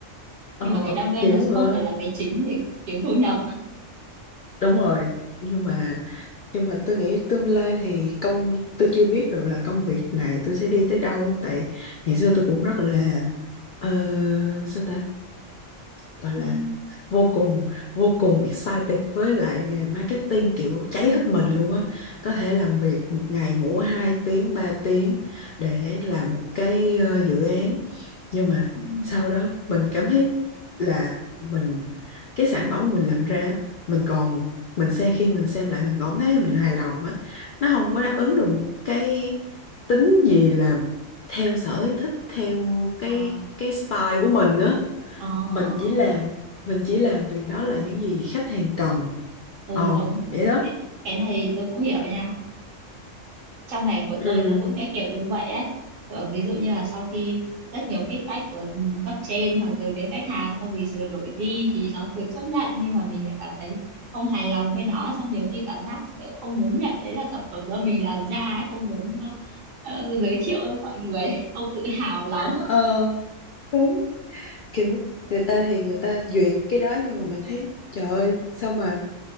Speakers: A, on the left (about 60°); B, on the right (about 50°).
A: ờ
B: nhưng mà cái đam mê
A: kiểu
B: nó sẽ
A: ờ,
B: không phải là cái chính để kiếm thu nhập
A: đúng rồi nhưng mà nhưng mà tôi nghĩ tương lai thì công tôi chưa biết được là công việc này tôi sẽ đi tới đâu tại ngày xưa tôi cũng rất là ờ, sao ta gọi
B: ừ,
A: là vô cùng vô cùng excited với lại nghề marketing kiểu cháy
B: ừ,
A: hết mình luôn á có thể làm việc một ngày ngủ 2 tiếng 3 tiếng để làm một cái ờ, dự án nhưng mà
B: ừ.
A: sau đó mình cảm thấy là mình cái sản phẩm mà mình làm ra mình còn mình xem khi mình xem lại mình còn thấy mình hài lòng á nó không có
B: Ờ,
A: đáp ứng được một cái tính gì là theo sở thích theo cái
B: ờ,
A: cái style của mình á
B: ờ, ờ.
A: mình chỉ làm mình chỉ làm vì đó là những gì khách hàng cần
B: ừ
A: ờ
B: đúng
A: vậy đó
B: cái cái này tôi cũng hiểu nha trong ngành của
A: ừ
B: tôi nó cũng sẽ kiểu như vậy ấy Ờ, ví dụ như là sau khi rất nhiều feedback của ừ, cấp trên hoặc từ phía khách hàng xong vì sửa đổi đi thì nó được chấp nhận nhưng mà mình lại cảm thấy không hài lòng với nó xong nhiều khi cảm giác kiểu không muốn nhận đấy là sản phẩm do mình làm ra ấy, không muốn ờ, ờ, giới thiệu với mọi người <laughs> không tự hào lắm
A: ờ đúng kiểu người ta thì người ta duyệt cái đó nhưng mà mình thấy trời ơi sao mà